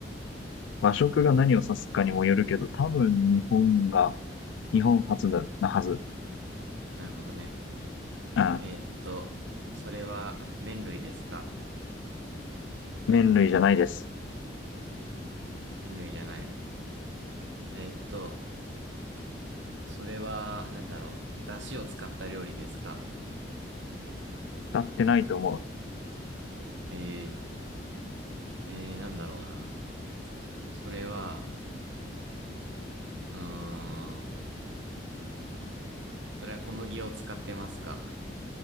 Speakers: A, on the left (about 85°); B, on the right (about 80°).
A: 和食が何を指すかにもよるけど、多分日本が、日本初だ、なはず。
B: なるほどね。
A: うん。
B: えっと、それは麺類ですか
A: 麺類じゃないです。
B: 麺類じゃない。えっと、それは何だろう。出汁を使った料理ですか
A: 使ってないと思う。
B: えー、えー、なんだろうな。それは、うーん、それは小麦を使ってますか